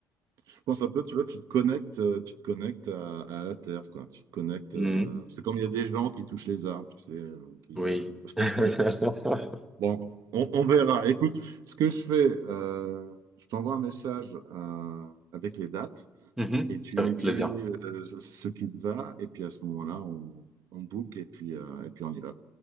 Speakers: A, on the right; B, in the centre.
A: je pense un peu, tu vois, tu te connectes, euh, tu te connectes à, à la Terre, quoi. Tu te connectes.
B: Hmm.
A: euh, c'est comme il y a des gens qui touchent les arbres, tu sais, euh, qui,
B: oui.
A: euh, <laughs>
B: <laughs>
A: Bon, on, on verra. Écoute, ce que je fais, euh, je t'envoie un message euh, avec les dates
B: Mhm.
A: et tu
B: Avec
A: me dis
B: plaisir.
A: euh, ce ce qui te va. Et puis à ce moment-là, on, on book et puis, euh, et puis on y va.